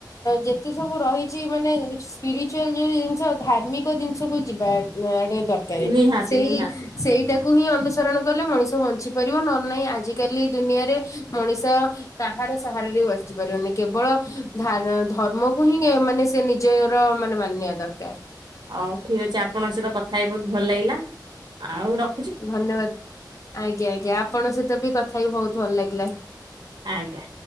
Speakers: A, on the left; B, on the right.
A: ଯେତେ ସବୁ ରହିଛି ମାନେ ସ୍ପିରିଚୁଆଲ ଯୋଉ ଜିନିଷ ଧାର୍ମିକ ଜିନିଷକୁୁ ଯିବା ଆଡେ ଦର୍ କାରେ।
B: ନିହାତି
A: ସେଇ
B: ନିହାତି
A: ସେଇଟାକୁ କୁ ହିଁ ଅନୁସରଣ କଲେ ମଣିଷ ବଞ୍ଚି ପାରିବ ନହେଲେ ନାହିଁ ଆଜିିକାଲି ଦୁନିଆରେ ମଣିଷ କାହାର ସାହାରାରେ ବି ବଞ୍ଚି ପାରିବନି। କେବଳ ଧା ଧର୍ମକୁ ହିଁ ମାନେ ସେ ନି ଜର ମାନେ ମାନିବା ଦରକାର।
B: ହଉ ଠିକ ଅଛି ଆପଣଙ୍କ ସହିତ କଥା ହେଇ ବହୁତ ଭଲ ଲାଗିଲା। ଆଉ ର
A: ଧନ୍ୟବାଦ। ଆଜ୍ଞା, ଆଜ୍ଞା। ଆପଣଙ୍କ ସହିତ ବି କଥା ହେଇକି ବହୁତ ଭଲ ଲାଗିଲା।
B: ଆଜ୍ଞା